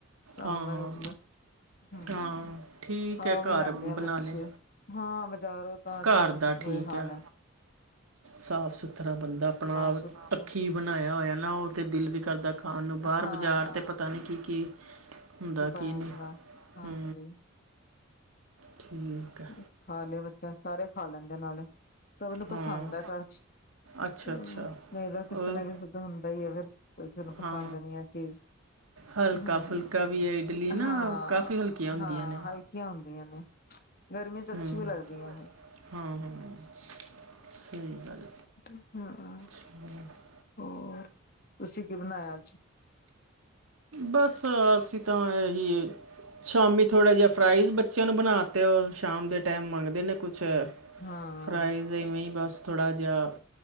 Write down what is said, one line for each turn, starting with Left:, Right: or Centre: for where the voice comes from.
Left: ਸਾਂਬਰ
Right: ਹਾਂ
Left: ਇਡਲੀ ਹਮ
Right: ਹਾਂ ਠੀਕ
Left: ਖਾ
Right: ਹੈ
Left: ਵੀ
Right: ਘਰ
Left: ਲੈਂਦੇ
Right: ਬਣਾ
Left: ਆ ਬੱਚੇ
Right: ਲਏ
Left: ਹਾਂ ਬਾਜ਼ਾਰੋ ਤਾਂ ਅੱਜ
Right: ਘਰ
Left: ਕੱਲ
Right: ਦਾ
Left: ਬੁਰੇ
Right: ਠੀਕ
Left: ਹਾਲ
Right: ਹੈ
Left: ਐ
Right: ਸਾਫ ਸੁਥਰਾ ਬੰਦਾ ਅਪਨਾ
Left: ਸੁਥਰਾ
Right: ਅੱਖੀਂ ਬਨਾਇਆ ਹੋਇਆ ਨਾ ਉਹ ਤੇ ਦਿਲ ਵੀ ਕਰਦਾ। ਓਨੂ ਬਾਹਰ
Left: ਹਾਂ
Right: ਬਾਜ਼ਾਰ ਚ ਪਤਾ ਨੀ ਕੀ-ਕੀ ਹੁੰਦਾ
Left: ਪਾਇਆ
Right: ਕੀ ਨਹੀਂ
Left: ਹੁੰਦਾ ਹਾਂਜੀ
Right: ਠੀਕ ਹੈ
Left: ਬਸ ਖਾ ਲੈ ਬੱਚਾ ਸਾਰੇ ਖਾ ਲੈਂਦੇ ਨਾਲੇ ਸਭ ਨੂੰ ਪਸੰਦ
Right: ਹਾਂ
Left: ਆ ਘਰ 'ਚ
Right: ਅੱਛਾ
Left: ਹਮ
Right: ਅੱਛਾ
Left: ਫਾਇਦਾ ਤਾਂ ਕਿਸੇ
Right: ਔਰ
Left: ਨਾ ਕਿਸੇ ਤੋਂ ਹੁੰਦਾ ਈ ਹੈ ਫਿਰ ਕੋਈ ਤੈਨੂੰ ਪਸੰਦ
Right: ਹਾਂ
Left: ਨਹੀਂ ਆ ਚੀਜ਼।
Right: ਹਲਕਾ
Left: ਹਾਂ,
Right: ਫੁਲਕਾ ਵੀ ਹੈ ਇਡਲੀ ਨਾ
Left: ਹਾਂ,
Right: ਕਾਫੀ ਹਲਕੀਆਂ ਹੁੰਦੀਆਂ
Left: ਹਾਂ
Right: ਨੇ
Left: ਹਲਕੀਆਂ ਹੁੰਦੀਆਂ ਨੇ ਗਰਮੀ ਚ ਅੱਛੀ
Right: ਹਮ
Left: ਵੀ ਲੱਗਦੀਆਂ ਇਹ
Right: ਹਾਂ ਹਮ ਸਹੀ ਗੱਲ
Left: ਹਾ
Right: <unintelligible>
Left: ਹੋਰ ਤੁਸੀ ਕੀ ਬਨਾਇਆ ਅੱਜ
Right: ਬਸ ਅਸੀਂ ਤਾਂ ਇਹ ਹੀ ਏ ਸ਼ਾਮੀ ਥੋੜਾ ਜਿਹਾ ਫਰਾਇਜ ਬੱਚਿਆਂ ਨੂੰ ਬਨਾ ਤੇ ਉਹ ਸ਼ਾਮ ਦੇ ਟਾਈਮ ਮੰਗਦੇ ਨੇ ਕੁਛ
Left: ਹਾਂ
Right: ਫਰਾਈਜ ਇਵੇਂ ਹੀ ਬਸ ਥੋੜ੍ਹਾ ਜਿਹਾ